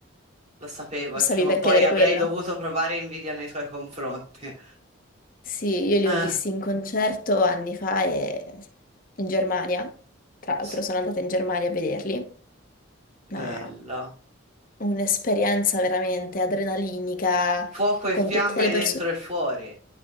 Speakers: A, on the right (about 35°); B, on the left (about 40°).
A: lo sapevo
B: Mi
A: e
B: stavi
A: prima
B: per
A: o poi
B: chiedere
A: avrei
B: quello?
A: dovuto provare invidia nei tuoi confronti.
B: Sì, io li
A: Eh,
B: ho visti in concerto anni fa e in Germania. Tra l'altro
A: s-
B: sono andata in Germania a vederli, ma
A: bello.
B: un'esperienza veramente adrenalinica
A: Fuoco e
B: con
A: fiamme
B: tutte le
A: dentro
B: persone.
A: e fuori.